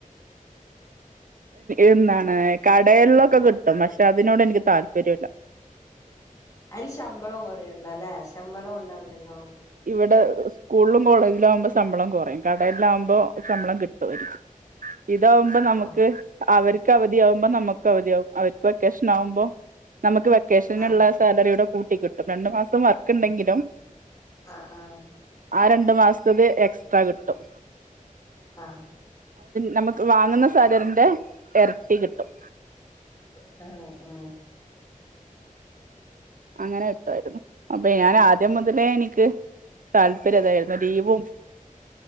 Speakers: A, on the right (about 75°); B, on the left (about 25°).
A: എന്താണ് കടയിലൊക്കെ കിട്ടും പക്ഷെ അതിനോട് എനിക്ക് താല്പര്യംല്ല
B: അതില് ശമ്പളവും കുറയല്ലോ അല്ലെ ശമ്പളവും ഉണ്ടാവില്ലല്ലോ
A: ഇവിടെ സ്കൂളിലും കോളേജിലും ആവുമ്പോൾ ശമ്പളം കുറയും കടലില് ആകുമ്പോൾ ശമ്പളം കിട്ടുമായിരിക്കും
B: <inaudible>
A: ഇതാവുമ്പോ നമുക്ക്
B: ആഹ്
A: അവർക്ക് അവധി ആകുമ്പോ നമുക്ക് അവധിയാവുംമ്പോൾ നമുക്ക് അവധിയാവും അവർക്ക് വെക്കേഷൻ ആകുമ്പോൾ നമുക്ക് വെക്കേഷനുള്ളള്ള
B: ആഹ്
A: സാലറിയുടെ കൂട്ടി കിട്ടും രണ്ടു മാസം വർക്ക് ഉണ്ടെങ്കിലും
B: ആ ആ
A: ആ രണ്ടു മാസത്തത് എക്സ്ട്രാ കിട്ടും
B: ആ
A: നമുക്ക് വാങ്ങുന്ന സാലറിന്റെ ഇരട്ടി കിട്ടും
B: ആ ആ
A: അങ്ങനെ കിട്ടുമായിരുന്നു അപ്പൊ ഞാൻ ആദ്യം മുതലേ എനിക്ക് താല്പര്യതായിരുന്നു ലീവും